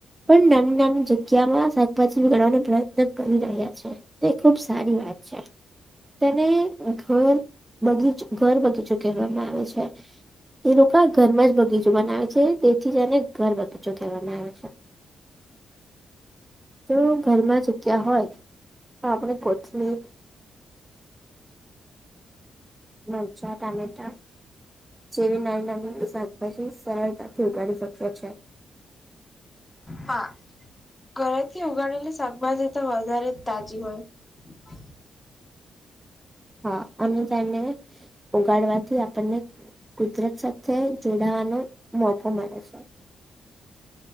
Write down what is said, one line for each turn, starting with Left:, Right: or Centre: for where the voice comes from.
Right: પણ નાની નાની જગ્યા માં શાકભાજી બગાડવાનો પ્રયત્ન કરી રહ્યા છે. તે ખુબ સારી વાત છે. તેને ઘર બગીચ ઘર બગીચ કહેવામાં આવે છે. એ લોકો ઘરમાં જ બગીચો બનાવે છે તેથી એને ઘર બગીચો કહેવામાં આવે છે. જો ઘરમાં ચૂક્યા હોય તો આપણે કોથી મરચા ટમેટા. જેવી નાની નાની વસા પછી સરળતાથી ઉગાડી શક્યો છે.
Left: હા. ઘરે થી ઉગાડેલી શાકભાજી તો વધારે તાજી હોય. હા.
Right: હા અને તને. ઉગાડવાથી આપણને કુદરત સાથે જોડાવાનો મોકો મળે છે.